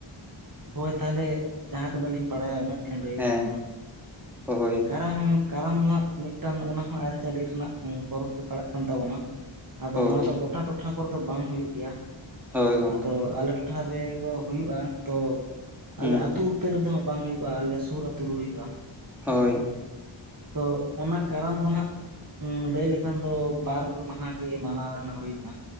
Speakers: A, on the right; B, in the centre.
A: ᱦᱳᱭ ᱛᱟᱦᱚᱞᱮ, ᱡᱟᱦᱟᱸ ᱛᱤᱱᱟᱹᱜ ᱞᱤᱧ ᱵᱟᱲᱟᱭᱟ ᱩᱱᱟᱹᱜ ᱜᱮᱞᱤᱧ ᱞᱟᱹᱭ
B: ᱦᱮᱸ
A: ᱟᱵᱤᱱ ᱠᱟᱱᱟ᱾
B: ᱦᱳᱭ
A: ᱠᱟᱨᱚᱱ ᱠᱟᱨᱟᱢ ᱫᱚ ᱦᱟᱸᱜ ᱢᱤᱜᱴᱟᱱ ᱚᱱᱟ ᱦᱚᱸ ᱟᱹᱨᱤᱼᱪᱟᱹᱞᱤ ᱨᱮᱱᱟᱜ ᱚᱝ ᱯᱚᱨᱚᱵᱽ ᱜᱮ ᱯᱟᱲᱟᱜ ᱠᱟᱱ ᱛᱟᱵᱚᱱᱟ᱾ ᱟᱫᱚ
B: ᱦᱳᱭ
A: ᱱᱚᱣᱟ ᱫᱚ ᱜᱚᱴᱟ ᱴᱚᱴᱷᱟ ᱠᱚᱨᱮ ᱫᱚ ᱵᱟᱝ ᱦᱩᱭᱩᱜ ᱜᱮᱭᱟ,
B: ᱦᱳᱭ ᱜᱚᱝᱠᱮ
A: ᱟᱫᱚ ᱟᱞᱮ ᱴᱚ ᱴᱷᱟ ᱨᱮ ᱫᱚ ᱦᱩᱭᱩᱜᱼᱟ ᱛᱚ
B: ᱦᱩᱸ
A: ᱟᱞᱮ ᱟᱛᱩ ᱩᱛᱟᱹ ᱨᱮᱫᱚ ᱦᱟᱸᱜ ᱵᱟᱝ ᱦᱩᱭᱩᱜᱼᱟ, ᱟᱞᱮ ᱥᱩᱨ ᱟᱛᱩ ᱨᱮ ᱦᱩᱭᱩᱜᱼᱟ᱾
B: ᱦᱳᱭ᱾
A: ᱛᱚ ᱚᱱᱟ ᱠᱟᱨᱚᱱ ᱫᱚ ᱦᱟᱸᱜ ᱩᱢ ᱞᱟᱹᱭ ᱞᱮᱠᱷᱟᱱ ᱫᱚ ᱵᱟᱨ ᱢᱟᱦᱟ ᱜᱮ ᱢᱟᱱᱟᱣ ᱨᱮᱱᱟᱜ ᱦᱩᱭᱩᱜᱼᱟ᱾